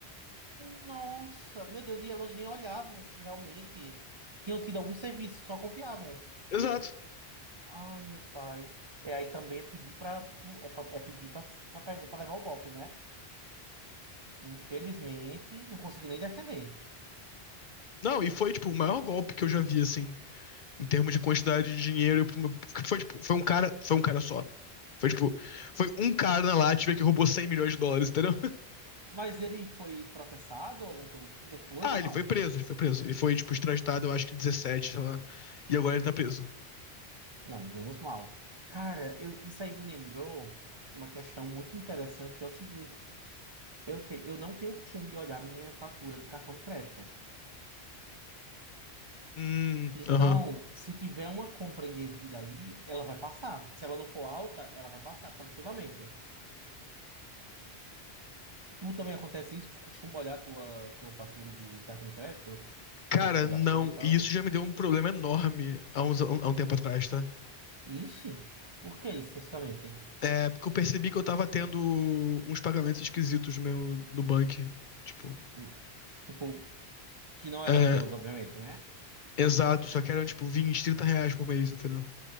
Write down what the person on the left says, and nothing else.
Exato.
Não, e foi, tipo, o maior golpe que eu já vi, assim, em termos de quantidade de dinheiro. porque Foi, tipo, foi um cara, foi um cara só. Foi, tipo, foi um cara na Latvia que roubou 100 milhões de dólares, entendeu?
Ah,
ele
foi preso, ele foi preso. Ele foi, tipo, extraditado, eu acho que em dezessete, sei lá. E agora ele tá preso.
Hum,
aham.
Cara,
não.
E isso já me deu um problema enorme há, uns, há um tempo atrás, tá?
É, porque eu percebi que eu tava tendo uns pagamentos esquisitos no meu, no banco. Tipo,
é,
exato, só que eram, tipo, 20, 30 reais por mês, entendeu?